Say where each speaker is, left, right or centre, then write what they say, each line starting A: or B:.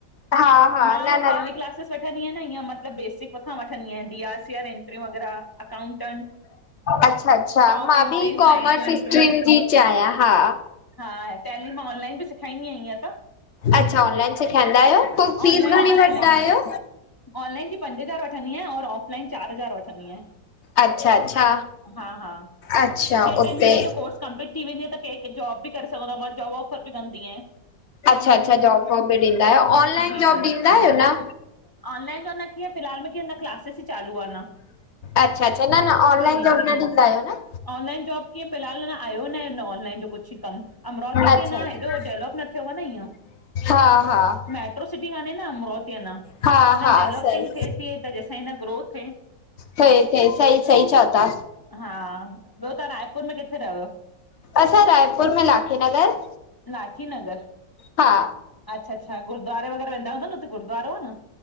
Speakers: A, on the left; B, on the left.
A: हा हा
B: मां
A: न न
B: टेल क्लासिस वठी वठंदि आन इअं मतलब बेसिक खां वठंदी आया, D R C R entry वग़ैरह अकाउंटेंट
A: अच्छा-अच्छा
B: स्टॉक
A: मां
B: एंट्रीस
A: ब कॉमर्स
B: बैंक जूं एंट्रियूं
A: स्ट्रीम जी इच आयन, हा।
B: हा तैली मां ऑनलाइन बि सेखारींदी आह इयं त
A: अच्छा ऑनलाइन सेखारींदा आहियो पो फीस
B: ऑनलाइन
A: घणी
B: ऑफलाइन
A: वठंदा आहियो?
B: ऑनलाइन जी पंज हज़ार वठंदी आयां और ऑफलाइन चार हज़ार वठंडी आहियां।
A: अच्छा अच्छा
B: हा-हा
A: अच्छा
B: जीअं
A: उते
B: टिन महीनन जो कोर्स कंपलीट थी वेंदी आहे त कंहिं क जॉब बि करे सघंदो आहे मां जॉब ऑफर बि कंदी आहियां।
A: अच्छा-अच्छा जॉब वॉब बि ॾींदा आहियो, ऑनलाइन
B: जी
A: जॉब
B: जी
A: ॾींदा आहियो न?
B: ऑनलाइन त न कीअ फ़िलहाल में की क्लासिस ई चालू आ।
A: अच्छा-अच्छा न-न ऑनलाइन
B: ईअं
A: जॉब न ॾींदा आहियो न।
B: ऑनलाइन जॉब फिलहाल आयो न ऑनलन जो कुछ कम अमरावटि ती कीअं
A: अच्छा अच्छा
B: हेॾो डेवलप न थ न इअ
A: हा हा
B: मेट्रो सिटी काने न अमरोती अञा।
A: हा
B: अञा
A: हा
B: डेवलपिंग
A: सही
B: थिए थी त जंसां हिन ग्रोथ
A: थिए थिए सही सही चओ था
B: हा तव्हां रायपुर में किथे रहो?
A: असां रायपुर में लाखी नगर।
B: लाठी नगर
A: हा
B: अच्छा-अच्छा गुरुूद्वारे वग़ैरह वेंदा हूंदा न हुते गुरुद्वारो आ न?